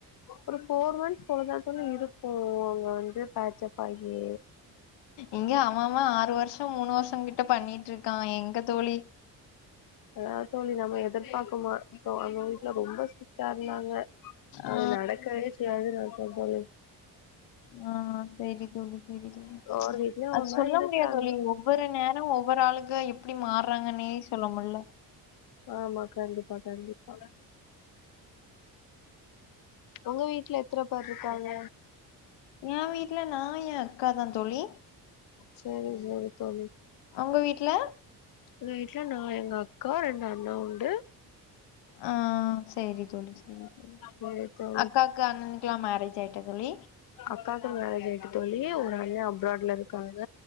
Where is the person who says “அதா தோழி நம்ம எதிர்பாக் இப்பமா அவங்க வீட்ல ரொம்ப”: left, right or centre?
Left